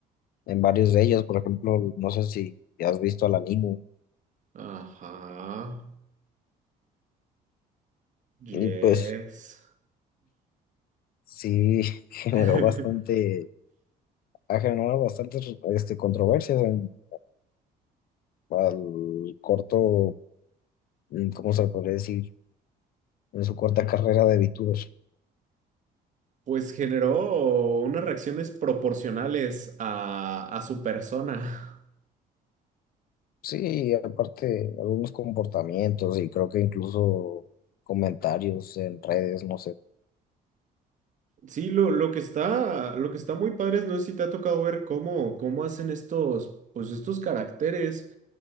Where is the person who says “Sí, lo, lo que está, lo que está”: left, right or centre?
Right